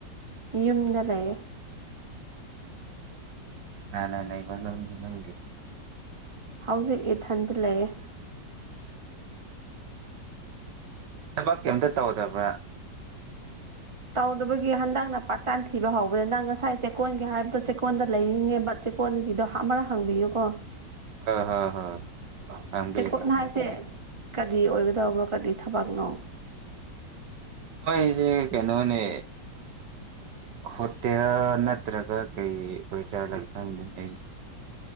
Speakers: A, on the right; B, on the right.
A: ꯌꯨꯝꯗ ꯂꯩꯌꯦ꯫
B: ꯀꯅꯥ ꯀꯅꯥ ꯂꯩꯕ ꯅꯪ ꯅꯪꯗꯤ꯫
A: ꯍꯧꯖꯤꯛ ꯏꯊꯟꯇ ꯂꯩꯌꯦ꯫
B: ꯊꯕꯛ ꯀꯩꯝꯇ ꯇꯧꯗꯕ꯭ꯔꯥ꯫
A: ꯇꯧꯗꯕꯒꯤ ꯍꯟꯗꯛꯅ ꯄꯥꯔꯠ ꯇꯥꯏꯝ ꯊꯤꯕ ꯍꯧꯕꯅꯤ ꯅꯪ ꯉꯁꯥꯏ ꯆꯦꯛꯀꯣꯟꯒꯤ ꯍꯥꯏꯕꯗꯣ ꯆꯦꯛꯀꯣꯟꯗ ꯂꯩꯅꯤꯡꯉꯦꯕ ꯆꯦꯛ ꯀꯣꯟꯒꯤꯗꯣ ꯍꯡ ꯑꯃꯔꯛ ꯍꯪꯕꯤꯌꯨꯀꯣ꯫
B: ꯍꯣꯏ ꯍꯣꯏ ꯍꯣꯏ꯫ ꯈꯪꯕꯤꯒꯦ
A: ꯆꯦꯛꯀꯣꯠ
B: ꯈꯪꯕꯤꯒꯦ
A: ꯍꯥꯏꯁꯦ ꯀꯔꯤ ꯑꯣꯏꯒꯗꯕ꯭ꯔꯣ ꯀꯔꯤ ꯊꯕꯛꯅꯣ꯫
B: ꯃꯣꯏꯁꯦ ꯀꯩꯅꯣꯅꯦ꯫ ꯍꯣꯇꯦꯜ ꯅꯠꯇ꯭ꯔꯒ ꯀꯩ ꯑꯣꯏꯖꯥꯠꯂ ꯈꯪꯗꯦꯅꯦ ꯑꯩ꯫